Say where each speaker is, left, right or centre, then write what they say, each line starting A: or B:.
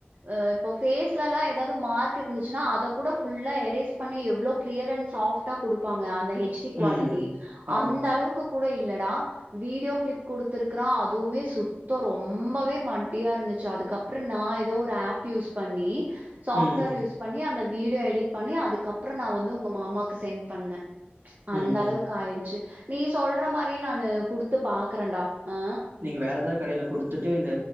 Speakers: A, on the right (about 45°); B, on the right (about 65°).
A: எ இப்போ ஃபேஸ்ல எல்லா எதாவது மார்க் இருந்துச்சுன்னா அத கூட ஃபுல்லா எ ரேஸ் பண்ணி எவ்ளோ க்ளியர் அண்ட் சாஃப்டா குடுப்பாங்க அந்த திஷ்டி குவாலிட்டி
B: ம். ஆமா.
A: அந்த அளவுக்கு கூட இல்லடா வீடியோ கிளிப் குடுத்துருக்கிறா அதுவுமே சுத்தோ ரொம்பவே மட்டியா இருந்துச்சு அதுக்கப்பறோ நா அ எதோ ஒரு ஆப் யூஸ் பண்ணி சாஃப்ட்வேர்
B: ம்,
A: யூஸ் பண்ணி அந்த வீடியோ எடிட் பண்ணி அதுக்கப்றோ நா உங்க மாமாக்கு செண்ட் பண்ணே அந்தளவுக்கு
B: ம்.
A: ஆயிடிச்சு நீ சொல்ற மாரியே நானு குடுத்து பாக்குறேன்டா ஆ.
B: நீங்க வேற ஏதாவது கடையில குடுத்துட்டு இந்த